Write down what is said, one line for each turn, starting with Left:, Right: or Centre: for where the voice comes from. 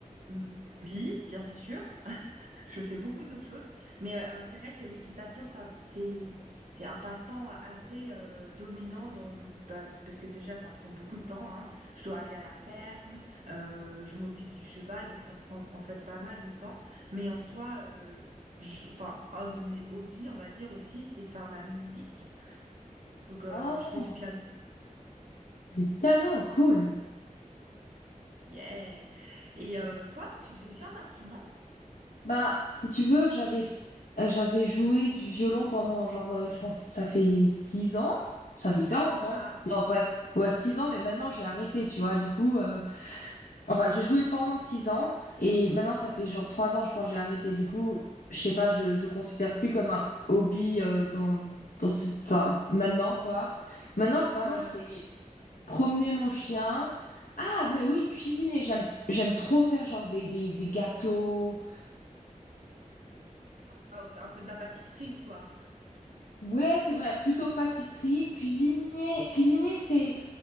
Right: hum, oui, bien sûr, <laughs> je fais beaucoup d'autres choses, mais euh, c'est vrai que l'équitation, ça, c'est, c'est un passe-temps assez euh, dominant dans, parce parce que déjà, ça prend beaucoup de temps, hein. Je dois aller à la ferme, euh, je m'occupe du cheval, donc ça me prend en fait pas mal de temps, mais en soi, euh, je- enfin, un de mes hobbies, on va dire aussi, c'est de faire de la musique. Donc, euh,
Left: Oh,
Right: je fais du piano,
Left: du piano, cool.
Right: yeah! Et euh, toi, tu faisais aussi un instrument?
Left: Bah, si tu veux, j'avais euh, j'avais joué du violon pendant genre, euh, je pense, que ça fait six ans. Ça fait hyper longtemps.
Right: Ah,
Left: Non, bref, ouais, six ans, mais maintenant j'ai arrêté, tu vois. Du coup, euh, Enfin, j'ai joué pendant six ans et maintenant ça fait genre trois ans, je pense, que j'ai arrêté. Du coup, je sais pas, je le, je le considère plus comme un hobby euh, dans, dans ce- enfin, maintenant quoi. Maintenant, vraiment,
Right: ouais, ouais.
Left: je fais
Right: ouais.
Left: promener mon chien. Ah, mais oui, cuisiner, j'aime, j'aime trop faire genre des, des, des gâteaux.
Right: Ah, Un peu de la pâtisserie, quoi.
Left: Ouais, c'est vrai, plutôt pâtisserie, cuisiner, cuisiner, c'est,